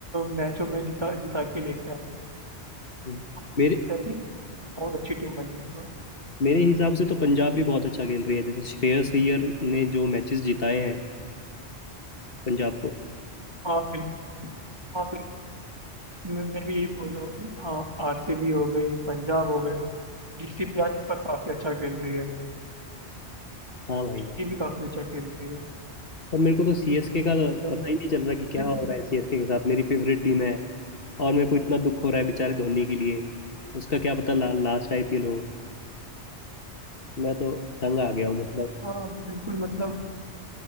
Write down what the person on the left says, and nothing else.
हम्म। मेरे
मेरे हिसाब से तो पंजाब भी बहुत अच्छा खेल रही है जैसे श्रेयस अय्यर ने जो मैचेस जिताए हैं पंजाब को
हाँ भाई
पर मेरे को तो सीएसके का
पता ही नहीं चल रहा कि क्या
हो रहा है सीएसके के साथ मेरी फेवरेट टीम है और मेरे को इतना दुख हो रहा है बेचारे धोनी के लिए उसका क्या पता ला, लास्ट आईपीएल हो मैं तो तंग आ गया हूँ मतलब